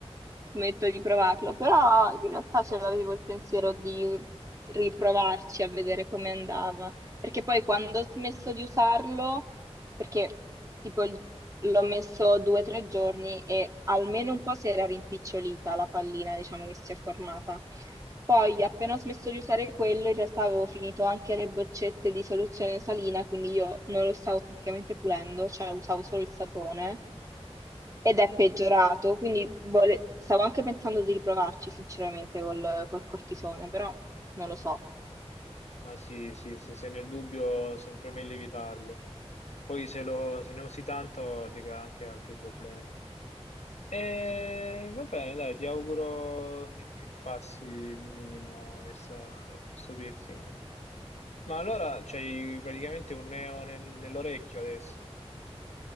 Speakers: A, on the right; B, on the left.
A: smetto di provarlo, però in realtà ce l'avevo il pensiero di riprovarci a vedere come andava. perché poi quando ho smesso di usarlo, perché tipo il- l'ho messo due o tre giorni e almeno un po' si era rimpicciolita la pallina, diciamo che si è formata. Poi, appena ho smesso di usare quello, in realtà avevo finito anche le boccette di soluzione salina, quindi io non lo stavo praticamente pulendo, cioè usavo solo il sapone ed è peggiorato, quindi vole- stavo anche pensando di riprovarci sinceramente col, col cortisone, però non lo so.
B: ma sì, sì, sì, se nel dubbio, sempre meglio evitarlo. Poi se lo- se ne usi tanto ti crea anche altri problemi. E va bene, dai, ti auguro che che ti passi il minimo questa- questo piercing. Ma allora c'hai praticamente un neo nel- nell'orecchio adesso,